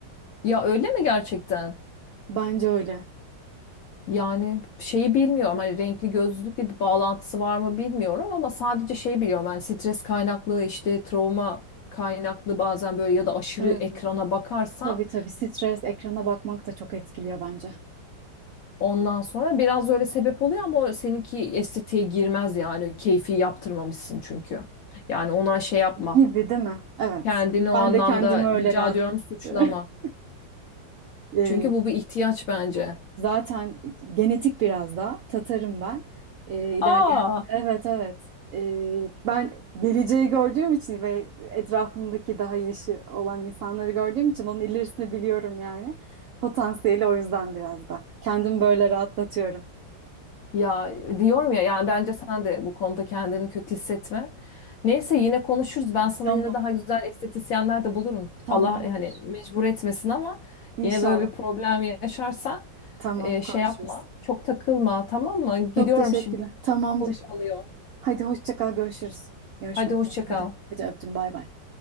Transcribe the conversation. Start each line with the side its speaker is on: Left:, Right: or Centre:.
Left: ya öyle mi gerçekten?
Right: Bence öyle.
Left: Yani şeyi bilmiyorum hani renkli gözlülükle bir bağlantısı var mı bilmiyorum ama sadece şey biliyorum hani stres kaynaklı işte travma kaynaklı bazen böyle ya da aşırı
Right: Evet.
Left: ekrana bakarsan
Right: Tabii tabii stres, ekrana bakmak da çok etkiliyor bence.
Left: ondan sonra biraz öyle sebep oluyor ama o seninki estetiğe girmez yani keyfi yaptırmamışsın çünkü. Yani ona şey yapma.
Right: Gibi değil mi? Evet.
Left: Kendini o
Right: Ben
Left: anlamda
Right: de kendimi
Left: rica
Right: öyle rahat.
Left: ediyorum suçlama.
Right: <laughs> Ee,
Left: Çünkü bu bir ihtiyaç bence.
Right: zaten genetik biraz da. Tatarım ben. Ee, ilerleyen.
Left: Aa,
Right: Evet evet. Ee, ben geleceği gördüğüm için ve etrafımdaki daha yaşı olan insanları gördüğüm için onun ilerisini biliyorum yani. Potansiyeli o yüzden biraz da. Kendimi böyle rahatlatıyorum.
Left: Ya diyorum ya yani bence sen de bu konuda kendini kötü hissetme. Neyse yine konuşuruz. Ben sana
Right: Tamam.
Left: yine daha güzel estetisyenler de bulurum.
Right: Tamamdır.
Left: Allah yani mecbur etmesin ama
Right: İnşallah.
Left: yine böyle bir problem yaşarsan
Right: Tamam,
Left: e,
Right: konuşuruz.
Left: şey yapma. Çok takılma tamam mı? Gidiyorum
Right: Çok teşekkürler.
Left: şimdi.
Right: Tamamdır.
Left: Kapım çalıyor.
Right: Hadi hoşça kal, görüşürüz. Görüşmek
Left: Hadi hoşça
Right: üzere.
Left: kal.
Right: Hadi. Hadi öptüm. Bay bay.